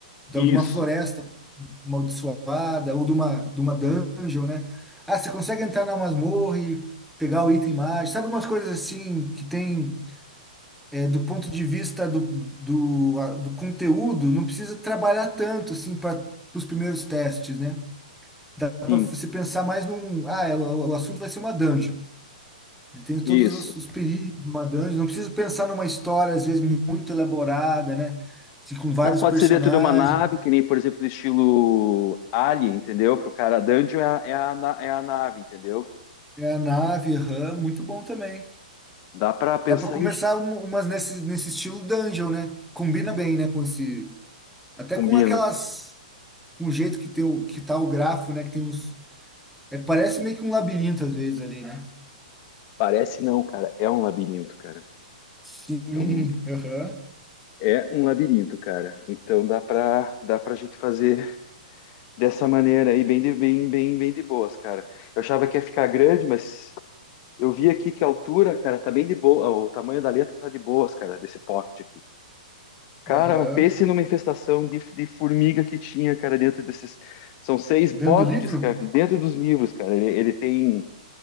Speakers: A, in the centre; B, on the left.
A: da-
B: Isso,
A: de uma floresta amaldiçoada ou de uma, de uma dungeon, né? Ah, você consegue entrar na masmorra e pegar o item mágico. Sabe umas coisas assim que tem é, do ponto de vista do, do, a- do conteúdo, não precisa trabalhar tanto assim para os primeiros testes, né? Dá para
B: sim,
A: você pensar mais num. Ah, é, o, o assunto vai ser uma dungeon. Tem
B: isso.
A: todos os, os perigos de uma dungeon. Não precisa pensar numa história, às vezes, muito elaborada, né? Assim, com vários
B: Dá- Pode
A: personagens.
B: ser dentro de uma nave, que nem, por exemplo, do estilo Alien, entendeu? Que o cara dungeon é a, é a, na- é a nave, entendeu?
A: É a nave, aham, muito bom também.
B: Dá pra pensar,
A: Dá para começar
B: ixi,
A: um- umas nesse, nesse estilo dungeon, né? Combina bem, né? Com esse. Até
B: combina.
A: com aquelas. com o jeito que tem o que tá o grafo, né? Que tem uns. É, parece meio que um labirinto às vezes ali, né?
B: Parece não, cara. É um labirinto, cara.
A: Sim,
B: É um,
A: aham,
B: é um labirinto, cara. Então dá pra, dá pra gente fazer dessa maneira aí, bem de, bem, bem, bem de boas, cara. Eu achava que ia ficar grande, mas Eu vi aqui que a altura, cara, tá bem de boa. O tamanho da letra tá de boas, cara, desse pocket aqui. Cara,
A: aham.
B: pense numa infestação de, de formiga que tinha, cara, dentro desses. São seis
A: Dentro
B: pockets,
A: do livro?
B: cara, dentro dos livros, cara. Ele, ele tem.